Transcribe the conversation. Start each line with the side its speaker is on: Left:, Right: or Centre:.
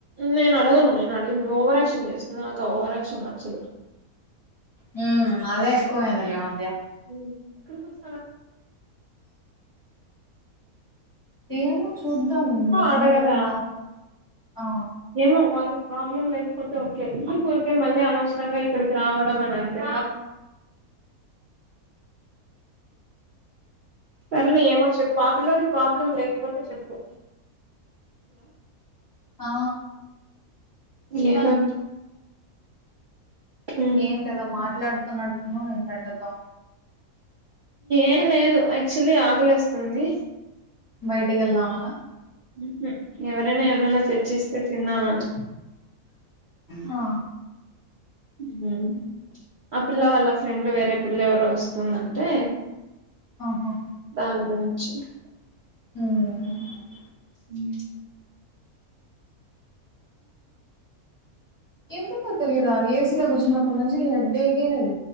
Right: నేను అడగను నేను అడిగి ఓవరాక్షన్ చేస్తుంది నాకు ఆ ఓవరాక్షన్ నచ్చదు
Left: హ్మ్ అదే ఎక్కువైందిలే ఈ మధ్య
Right: హ్మ్ ఎక్కడికి వొస్తారా
Left: ఏమో చూ తూద్దాం నేను
Right: అడగదా
Left: నా ఆ
Right: ఏమో వాళ్ళ ప్రాబ్లం లేకపోతే ఓకే ఎందుకు ఊరికే మళ్ళీ అనవసరంగా ఇక్కడికి రావడం అని అంతే సర్లే ఏమో చెప్పు ఆ పిల్లోడికి ప్రాబ్లం లేకపోతే చెప్పు
Left: ఆ
Right: ఏదో ఉమ్
Left: ఏంటదా మాట్లాడ్ తున్నట్టున్నావ్ మీ ఫ్రెండ్తో
Right: ఏం లేదు యాక్చువల్లీ ఆకలేస్తుంది
Left: బయటకి వెళ్దామలా
Right: హ్మ్ హు ఎవ రైనా ఏమైనా తెచ్చిస్తే తిందామని
Left: ఆ
Right: హ్మ్ ఆ పిల్ల వాళ్ళ ఫ్రెండ్ వేరే పిల్ల ఎవరో వస్తుందంటే
Left: ఆహా
Right: దాన్ గురించి <unintelligible>
Left: హ్మ్ హు
Right: మ్
Left: ఎందుకో తెలియదా ఏసి లో కూచన పున్నంచి హెడేకే హెడ్